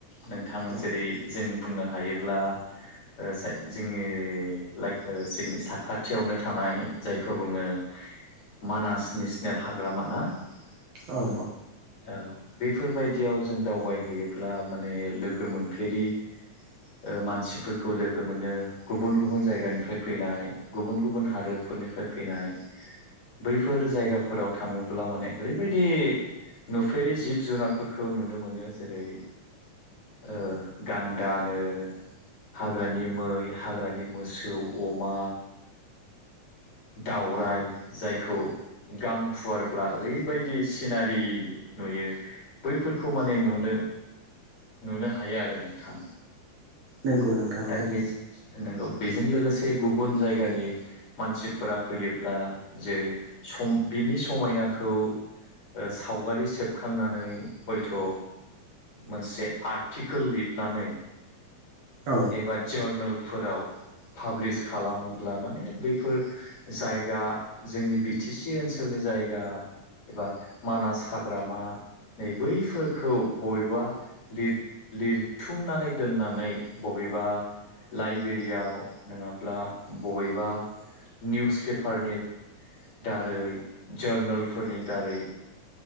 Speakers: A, on the left; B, on the right.
A: नोंथां
B: औ
A: जेरै - जों बुंनो हायोब्ला ओ जाय जोंनि लाइक जोंनि साखाथियावनो थानाय जायखौ बुङो मानास नेसनेल हाग्रामा ना
B: औ
A: ओम औ बेफोरबायदियाव जों दावबायहैयोब्ला माने लोगो मोनफेरि ओ मानसिफोरखौ लोगो मोनो गुबुन गुबुन
B: औ
A: जायगानिफ्राय
B: औ
A: फैनाय गुबुन गुबुन हादरफोरनिफ्राय फैनाय बैफोर जायगाफोराव थाङोब्ला माने ओरैबायदि नुफेरि जिब जुनारफोरखौ नुनो मोनो जेरै ओ गान दानो हाग्रानि मै हाग्रानि मोसौ अमा दावराय जायखौ गां फुवारब्ला ओरैबायदि सिनारि नुयो। बैफोरखौ माने नुनो नुनो हायो आरो नोंथां
B: नंगौ नोंथां
A: आरो
B: नंगौ
A: बेस नोंगौ बेजों लोगोसे गुबुन जायगानि मानसिफोरा फैयोब्ला जेरै- सम बि बिनि समायनाखौ ओ सावगारि सेबखांनानै हयथ' मोनसे आर्टिकोल लिरनानै
B: औ
A: एबा जार्नोल फोराव पाब्लिस खालामोब्ला माने बेफोर जायगा जोंनि बि टि सि ओनसोलनि जायगा एबा मानास हाग्रामा नै बैफोरखौ बबेबा लिथ-लिरथुमनानै दोननानै बबेबा लाइब्रेरियाव नोङाब्ला बबेबा निउस पेपारनि दारै जारनोलफोरनि दारै